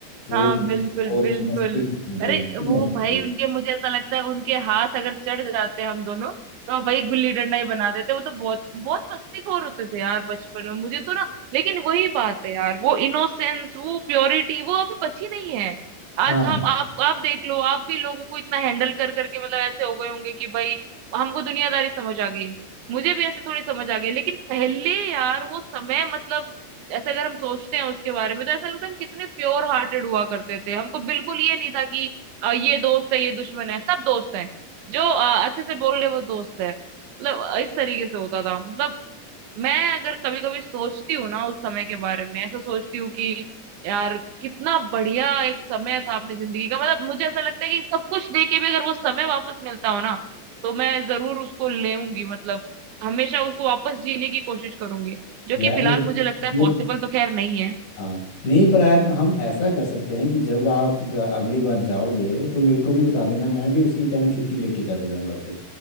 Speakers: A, on the left (about 80°); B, on the right (about 85°).
A: वो
B: हाँ
A: बहुत
B: बिल्कुल बिल्कुल
A: मस्ती के दिन
B: अरे
A: थे बहुत
B: वो
A: मस्ती
B: भाई
A: के थे।
B: उनके मुझे ऐसा लगता है उनके हाथ अगर चढ़ जाते हम दोनों तो भाई गुल्ली डंडा ही बना देते वो तो बहुत बहुत मस्तीखोर होते थे यार बचपन में मुझे तो ना लेकिन वही बात है यार वो इनोसेंस वो प्योरिटी वो अभी बची नहीं है आज
A: हाँ
B: हम आप आप देख लो आप भी लोगों को इतना हैंडल कर करके मतलब ऐसे हो गए होंगे कि भाई हमको दुनियादारी समझ आ गई मुझे भी ऐसे थोड़ी समझ आ गई लेकिन पहले यार वो समय मतलब ऐसे अगर हम सोचते हैं उसके बारे में तो ऐसा लगता है हम कितने प्योर हार्टेड हुआ करते थे हमको बिल्कुल ये नहीं था कि अ, ये दोस्त है ये दुश्मन है सब दोस्त हैं जो अ, अच्छे से बोल रहे वो दोस्त है मतलब अ, इस तरीके से होता था मतलब मैं अगर कभी कभी सोचती हूँ ना उस समय के बारे में ऐसा सोचती हूँ कि यार कितना बढ़िया एक समय था अपनी जिंदगी का मतलब मुझे ऐसा लगता है कि सब कुछ दे के भी अगर वो समय वापस मिलता हो ना तो मैं जरूर उसको लेऊंगी मतलब हमेशा उसको वापस जीने की कोशिश करूंगी जो
A: यार
B: कि फिलहाल
A: ये
B: मुझे लगता है पॉसिबल तो खैर नहीं है
A: हाँ नहीं पर आप हम ऐसा कर सकते हैं कि जब आप ग- अगली बार जाओगे तो मेरे को भी बता देना मैं भी उसी टाइम छुट्टी लेके चला जाऊंगा फिर